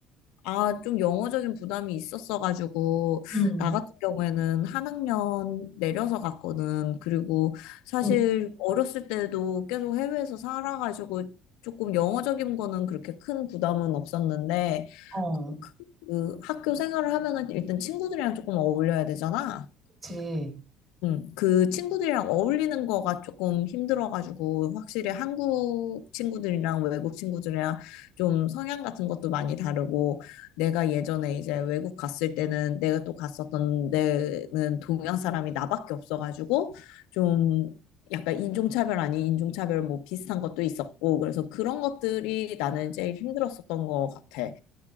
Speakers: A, on the left; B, on the right.
A: 아, 좀 영어적인 부담이 있었어가지고,
B: 음,
A: 나 같은 경우에는 한 학년 내려서 갔거든. 그리고 사실
B: 음,
A: 어렸을 때도 계속 해외에서 살아가지고, 조금 영어적인 거는 그렇게 큰 부담은 없었는데,
B: 어.
A: 그, 그 그 학교 생활을 하면은 일단 친구들이랑 조금 어울려야 되잖아.
B: 그치.
A: 음, 그 친구들이랑 어울리는 거가 조금 힘들어가지고, 확실히 한국 친구들이랑 외국 친구들이랑 좀 성향 같은 것도 많이 다르고, 내가 예전에 이제 외국 갔을 때는 내가 또 갔었던 데는 동양 사람이 나밖에 없어가지고, 좀 약간 인종차별 아닌 인종차별 뭐 비슷한 것도 있었고, 그래서 그런 것들이 나는 제일 힘들었었던 것 같아.